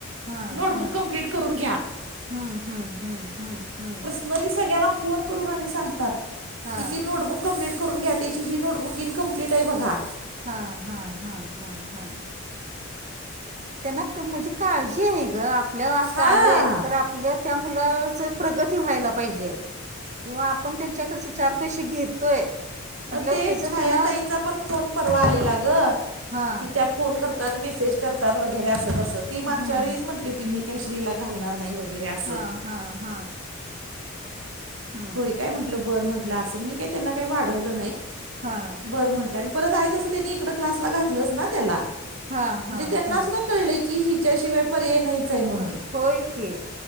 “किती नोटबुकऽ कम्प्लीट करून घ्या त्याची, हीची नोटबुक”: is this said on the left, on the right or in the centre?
Right